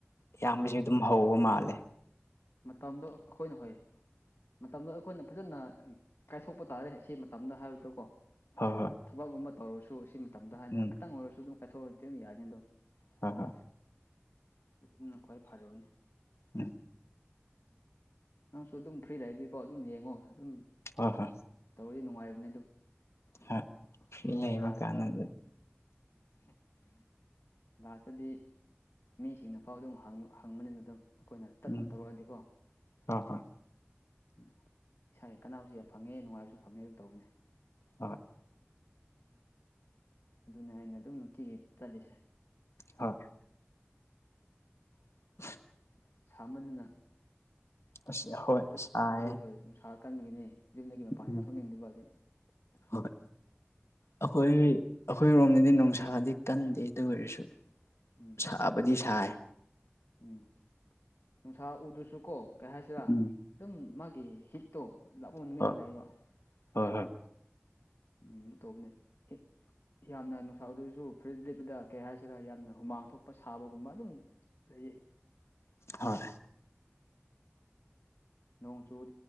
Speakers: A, on the left; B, on the left.
A: ꯑꯌꯥꯝꯕꯁꯨ ꯑꯗꯨꯝ ꯍꯧꯕ ꯃꯥꯜꯂꯦ
B: ꯃꯇꯝꯗꯣ ꯑꯩꯈꯣꯏꯅ ꯍꯣꯏ ꯃꯇꯝꯗꯣ ꯑꯩꯈꯣꯏꯅ ꯐꯖꯅ ꯀꯥꯏꯊꯣꯛꯄ ꯇꯥꯔꯦ ꯑꯁꯤ ꯃꯇꯝꯗ ꯍꯥꯏꯕꯗꯣꯀꯣ
A: ꯍꯣꯏ ꯍꯣꯏ
B: ꯊꯕꯛꯀꯨꯝꯕ ꯇꯧꯔꯁꯨ ꯁꯤ ꯃꯇꯝꯗ ꯍꯥꯏꯅ
A: ꯎꯝ
B: ꯈꯤꯇꯪ ꯑꯣꯏꯔꯁꯨ ꯑꯗꯨꯝ ꯀꯥꯏꯊꯣꯛꯑꯅꯤ ꯇ ꯌꯥꯖꯗꯣ
A: ꯍ ꯍ
B: ꯑꯗꯨꯅ ꯈ꯭ꯋꯥꯏ ꯐꯔꯕꯅꯦ
A: ꯎꯝ
B: ꯅꯪꯁꯨ ꯑꯗꯨꯝ ꯐ꯭ꯔꯤ ꯂꯩꯗꯤꯀꯣ ꯑꯗꯨꯝ ꯌꯦꯡꯉꯣ ꯑꯗꯨꯝ
A: ꯍ ꯍꯣꯏ
B: ꯇꯧꯔꯗꯤ ꯅꯨꯡꯉꯥꯏꯕꯅꯤ ꯑꯗꯨꯝ
A: ꯍꯣꯏ ꯐ꯭ꯔꯤ ꯂꯩꯕ
B: ꯂꯥꯁꯇ
A: ꯀꯥꯟꯅ ꯑꯗꯨ
B: ꯂꯇꯗꯤ ꯃꯤꯁꯤꯡꯅꯐꯥꯎ ꯑꯗꯨꯝ ꯍꯪꯕꯅꯤꯅ ꯑꯗꯨꯝ ꯑꯩꯈꯣꯏꯅ ꯇꯞꯅ
A: ꯎꯝ
B: ꯇꯧꯔꯛꯑꯗꯤꯀꯣ
A: ꯍꯣꯏ ꯍꯣꯏ
B: ꯎꯝ ꯏꯁꯥꯒꯤ ꯀꯅꯥꯕꯨꯁꯨ ꯌꯥꯝ ꯐꯪꯉꯦ ꯅꯨꯡꯉꯥꯏꯕꯁꯨ ꯐꯪꯉꯦ ꯑꯗꯨꯝ ꯇꯧꯕꯤꯅꯦ
A: ꯑꯗꯨ
B: ꯑꯗꯨꯅ ꯑꯩꯅ ꯑꯗꯨꯝ ꯅꯨꯡꯇꯤꯒꯤ ꯆꯠꯂꯤꯁꯦ
A: ꯍꯣꯏ <unintelligible>
B: ꯁꯥꯃꯟꯅ
A: ꯑꯁ ꯍꯣꯏ
B: ꯅꯣꯡꯁꯨ
A: ꯁꯥꯏꯌꯦ
B: ꯆꯨꯗꯦ ꯍꯣꯏ ꯅꯨꯡꯁꯥꯔ ꯀꯟꯕꯒꯤꯅꯤ ꯌꯨꯝꯗꯒꯤ ꯃꯄꯥꯟꯁꯨ
A: ꯎꯝ
B: ꯊꯣꯛꯅꯤꯡꯗꯕꯗꯤ
A: ꯍꯣꯏ ꯑꯩꯈꯣꯏ ꯑꯩꯈꯣꯏꯔꯣꯝꯗꯗꯤ ꯅꯨꯡꯁꯥꯗꯤ ꯀꯟꯗꯦ ꯑꯗꯨ ꯑꯣꯏꯔꯁꯨ
B: ꯎꯝ
A: ꯁꯥꯕꯗꯤ ꯁꯥꯏ
B: ꯎꯝ ꯅꯨꯡꯁꯥ ꯎꯗ꯭ꯔꯁꯨ ꯀꯣ ꯀꯩ ꯍꯥꯏꯁꯤꯔꯥ
A: ꯎꯝ
B: ꯑꯗꯨꯝ ꯃꯥꯒꯤ ꯍꯤꯠꯇꯣ ꯂꯥꯛꯄ ꯅꯨꯃꯤꯠꯁꯨ
A: ꯍꯣꯏ
B: ꯂꯩꯌꯦꯕ
A: ꯍꯣꯏ ꯍꯣꯏ
B: ꯎꯝ ꯑꯗꯨ ꯇꯧꯕꯅꯦ ꯍ ꯌꯥꯝꯅ ꯅꯨꯡꯁꯥ ꯑꯣꯏꯗꯔꯁꯨ ꯐꯨꯔꯤꯠ ꯂꯤꯞꯗ ꯀꯩ ꯍꯥꯏꯁꯤꯔ ꯌꯥꯝꯅ ꯍꯨꯃꯥꯡ ꯊꯣꯛꯄ ꯁꯥꯕꯒꯨꯝꯕ ꯑꯗꯨꯝ ꯀꯩꯌꯦ
A: ꯍꯣꯏ
B: ꯅꯣꯡ ꯆꯣꯡ